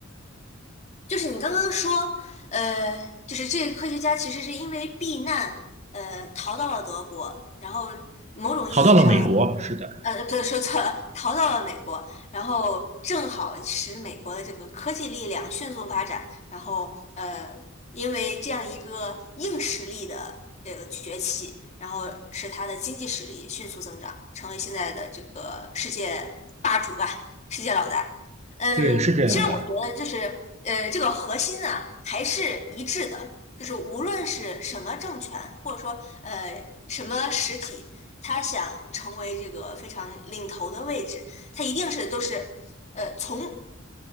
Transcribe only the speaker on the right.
逃到了美国，是的，
对，是这样的。